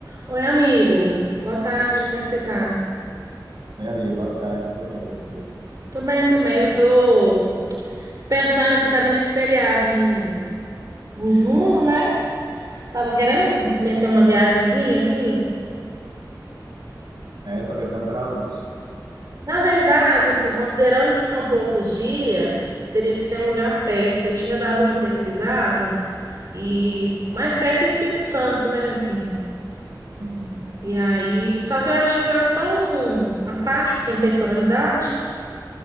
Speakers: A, on the right; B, on the right.
A: Oi, amigo. Boa tarde, como é que você tá?
B: Oi, amiga, boa tarde, tô bem, e você?
A: Tô bem também. Eu tô pensando que tá vindo esse feriado em, em junho, né? Tava querendo meter uma viagenzinha, assim.
B: É, você tá pensando pra onde?
A: Na verdade, assim, considerando que são poucos dias, teria que ser um lugar perto. Eu tinha dado uma pesquisada e mais perto é Espírito Santo, né, assim.
B: Uhum.
A: E aí, só que eu acho lá tão apático, sem personalidade.